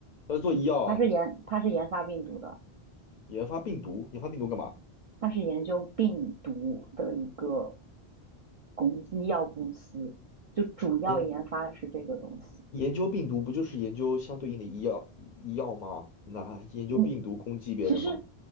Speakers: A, on the left; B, on the right.
A: 他是做医药啊，
B: 它是研它是研发病毒的，
A: 研发病毒，研发病毒干嘛？
B: 它是研究病毒的一个公医药公司，就主要研发的是这个东西。
A: 研研究病毒不就是研究相对应的医药医药吗？那还研究病毒攻击别人吗？
B: 嗯，其实